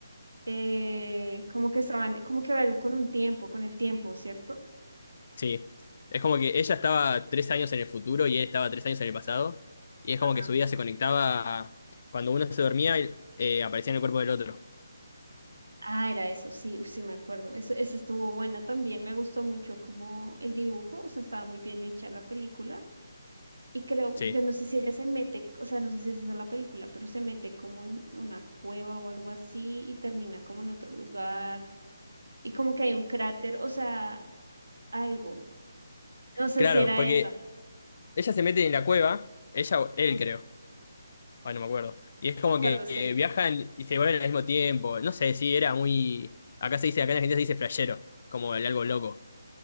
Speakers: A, on the right; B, on the left.
A: Eh, como que estaban, como que había algo con un tiempo, con el tiempo, ¿cierto?
B: Sí, es como que ella estaba tres años en el futuro y él estaba tres años en el pasado, y es
A: Ajá.
B: como que su vida se conectaba cuando uno se dormía, eh, aparecía en el cuerpo del otro.
A: Ah, era eso, sí, uf, sí me acuerdo. Eso, esa estuvo buena también, me gustó mucho como el dibujo, o sea, estaba muy bien hecha la película. Y creo,
B: Sí,
A: yo no sé si ella se mete, o sea, no sé si esa es la película, pero se mete como en una cueva o algo así y termina como en otro lugar. Y como que hay un cráter, o sea, algo. No sé
B: claro,
A: si era
B: porque
A: esa.
B: ella se mete en la cueva, ella o
A: Ajá,
B: él creo, ah, no me acuerdo, y es
A: no
B: como
A: me acuerdo,
B: que
A: es
B: eh,
A: que no.
B: viajan y se vuelven al mismo tiempo, no sé, sí, era muy, acá se dice, acá en Argentina se dice flashero, como el algo loco.